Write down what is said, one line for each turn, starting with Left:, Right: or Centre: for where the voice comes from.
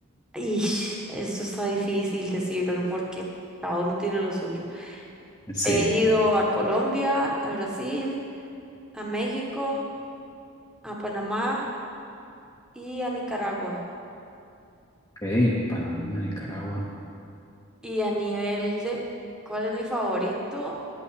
Centre: ish, eso está difícil decirlo porque cada uno tiene lo suyo.
Left: Sí.
Centre: He ido a Colombia, a Brasil, a México, a Panamá y a Nicaragua.
Left: Ok, Panamá, Nicaragua.
Centre: Y a nivel de, ¿cuál es mi favorito?